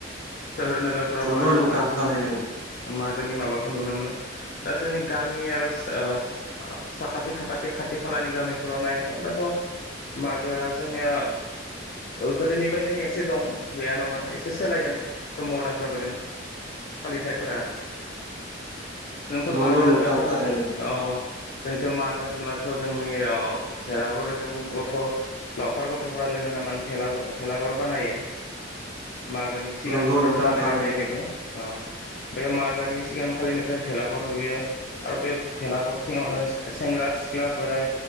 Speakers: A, on the left; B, on the right.
A: सोहोरनो फोराव
B: नंगौ
A: बारा
B: नोंथां
A: बांसिन
B: थारैनो
A: मागोनि माबाखौ नुनो मोनो दा जोंनि गामि आरो साखाथि फाखाथि खाथि खालानि गामिफोराव नायनो थांब्लाथ' मागोआ जोंनिया गोदोनि बबादिनो एसे दं। गैया नङा एसे सायदों मदान। जाबोदों फालिथायफोरा। जोंथ'
B: नंगौ
A: मागो होनबाथ'
B: नोंथां थारैनो
A: जों ओ जों। मागो होनब्लाथ' जोंनि ओ भेलाघुरजों गथ' लावखार गथ'फोरा लोगो नांनानैेला भेलाघर भेलाघर बानायो। मागोनि सिगांनिफ्रायनो
B: नंगौ नोंथां
A: बानायबाय-
B: थारैनो
A: थायो बेखौ ओ बेखौ मा। घोनि सिगांखालिनिफ्राय भेलाघर लुयो आरो बे भेलाघर सिङावनो सेंग्रा सिख्ला बोराय